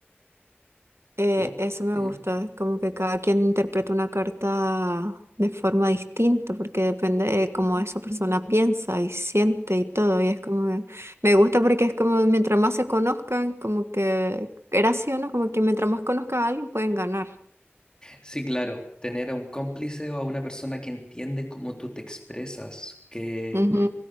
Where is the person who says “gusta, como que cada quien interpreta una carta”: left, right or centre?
Right